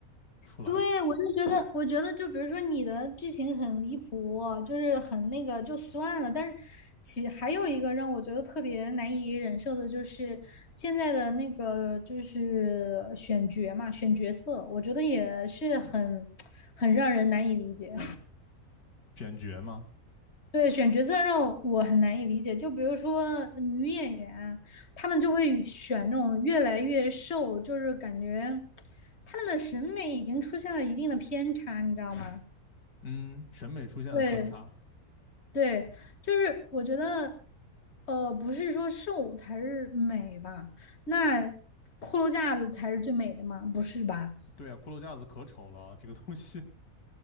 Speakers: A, on the left; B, on the left.
A: 出来。
B: 对，我就觉得，我觉得就比如说你的剧情很离谱，就是很那个就算了。但是其还有一个让我觉得特别难以忍受的就是现在的那个就是选角嘛，选角色，我觉得也是很 <tsk> 很让人难以理解。
A: 选角嘛，
B: <laughs> 对，选角色让我我很难以理解。就比如说女演员啊，她们就会选那种越来越瘦，就是感觉她们的审美已经出现了一定的偏差，你知道吗？
A: 嗯，审美出现了偏差。
B: 对对，就是我觉得，呃，不是说瘦才是美吧？那骷髅架子才是最美的吗？不是吧？
A: 对啊，骷髅架子可丑了，这个东西。